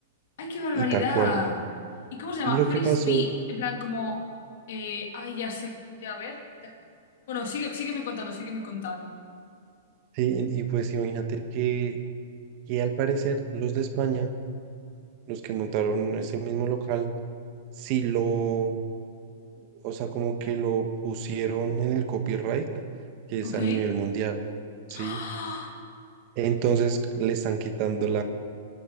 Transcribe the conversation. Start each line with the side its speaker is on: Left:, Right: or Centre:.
Left: ¡Ay, qué barbaridad!
Right: y tal cual.
Left: ¿Y cómo se llama?
Right: Y lo
Left: Frisbee,
Right: que pasó,
Left: en plan como... eh, ay, ya sé, ya a ver. de- Bueno, sigue, sígueme contando, sígueme contando.
Right: sí, en- y pues imagínate que, que al parecer los de España, los que montaron ese mismo local, sí lo, o sea, como que lo pusieron en el copyright, que
Left: Ok.
Right: es a nivel mundial, ¿sí?
Left: ¡Ah!
Right: Entonces le están quitando